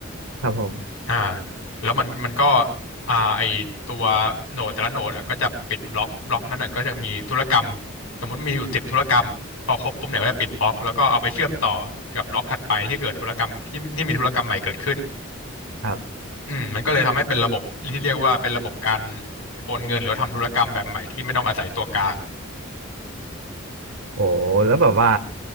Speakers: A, on the right; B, on the left.
A: ครับผม
B: อ่าแล้วมันมันก็อ่าไอตัวโหนดแต่ละโหนดอ่ะก็จะปิดบล็อกบล็อกนั้นอ่ะก็จะมีธุรกรรมสมมติมีอยู่สิบธุรกรรมพอครบปุ๊บเนี่ยก็จะปิดบล็อกแล้วก็เอาไปเชื่อมต่อกับบล็อกถัดไปที่เกิดธุรกรรมที่ที่มีธุรกรรมใหม่เกิดขึ้น
A: ครับ
B: อืมมันก็เลยทำให้เป็นระบบที่เรียกว่าเป็นระบบการโอนเงินหรือว่าทำธุรกรรมแบบใหม่ที่ไม่ต้องอาศัยตัวกลาง
A: โอ้แล้วแบบว่า